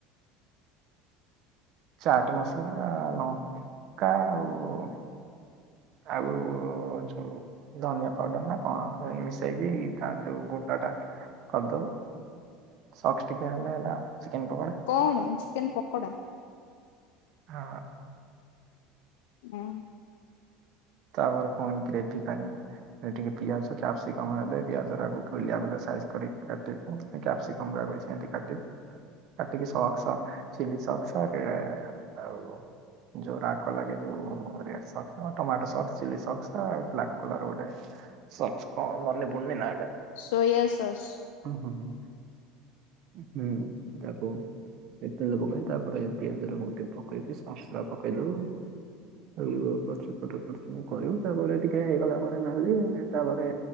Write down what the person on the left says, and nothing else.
କଣ ଚିକେନ ପକୋଡା?
ହ।
ସୋୟା ସସ୍